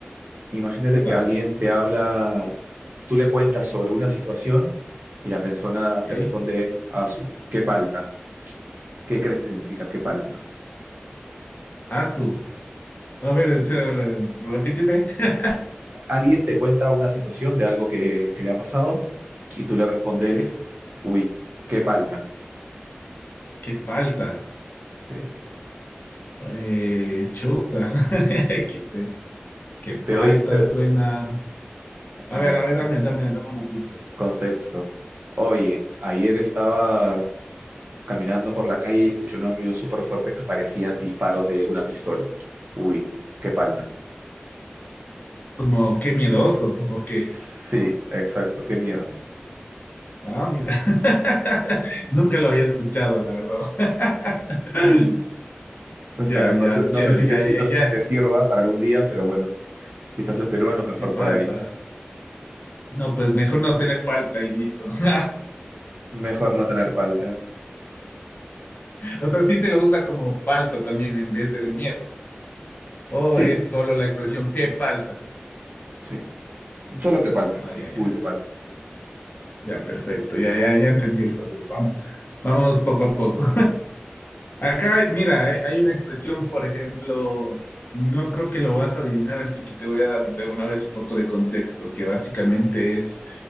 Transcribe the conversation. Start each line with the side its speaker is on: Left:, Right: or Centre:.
Right: Imagínate
Left: Dale.
Right: que alguien te habla, tú le cuentas sobre una situación y la persona te
Left: Ok.
Right: responde a su, qué palta. ¿Qué crees que significa qué palta?
Left: Azu. A ver, espera, repíteme. <laughs>
Right: Alguien te cuenta una situación de algo que, que le ha pasado y tú le respondes,
Left: Ok.
Right: uy, qué palta.
Left: ¿Qué palta?
Right: Sí.
Left: Eh, chuta. <laughs> ¿Qué sé? ¿Qué palta
Right: Te doy, te-
Left: suena?
Right: a
Left: A ver,
Right: ver,
Left: a ver,
Right: te-
Left: dame, dame, dame una pista.
Right: contexto. Oye, ayer estaba caminando por la calle y escuché unos ruidos súper fuertes que parecían disparos de una pistola. Uy, qué palta.
Left: Como qué miedoso, ok.
Right: Sí, exacto, qué miedo.
Left: Ah, mira. <laughs> Nunca lo había escuchado, la verdad. <laughs>
Right: Pues
Left: Ya,
Right: a ver, no
Left: ya,
Right: sé, no
Left: chévere,
Right: sé si te,
Left: ya,
Right: sir-
Left: ya,
Right: no sé
Left: ya.
Right: si te sirva para algún día, pero bueno, si estás en Perú, a lo mejor
Left: Qué palta.
Right: por ahí.
Left: No, pues mejor no tener palta y listo. <laughs>
Right: Mejor no tener palta.
Left: O sea, sí se lo usa como palta también en vez de miedo. O
Right: Sí,
Left: es solo la expresión qué palta.
Right: sí. Solo que palta,
Left: Ah,
Right: sí.
Left: ya, ya.
Right: Uy, que palta.
Left: Ya, perfecto. Ya, ya, ya entendí el juego. Vamos, vamos poco a poco. Acá, mira, hay, hay una expresión, por ejemplo, no creo que lo vas a adivinar, así que te voy a dar de una vez un poco de contexto, que básicamente es,